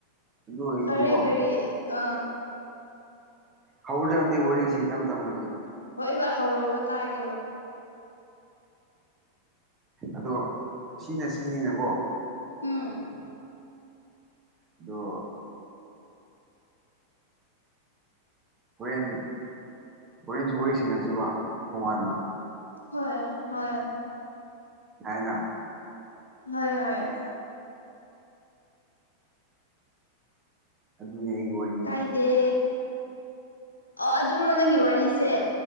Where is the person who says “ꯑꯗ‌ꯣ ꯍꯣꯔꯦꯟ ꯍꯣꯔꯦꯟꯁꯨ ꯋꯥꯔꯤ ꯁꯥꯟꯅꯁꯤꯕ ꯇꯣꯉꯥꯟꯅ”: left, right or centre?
Right